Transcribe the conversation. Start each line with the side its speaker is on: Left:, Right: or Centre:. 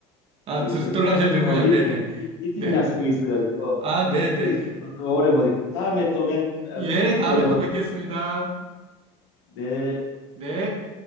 Left: 그,
Right: 아, 들-
Left: 저
Right: 들어가셔야
Left: 부장님하고
Right: 되는군요.
Left: 미팅,
Right: 네네. 네.
Left: 미- 미팅
Right: 네.
Left: 약속이
Right: 네.
Left: 있어가지고 어,
Right: 아, 네네.
Left: 휴게실에 또, 또 오래 못, 다음에 또 맨, 어,
Right: 예,
Left: 뵈-
Right: 다음에
Left: 봬요.
Right: 또 뵙겠습니다.
Left: 네.
Right: 네.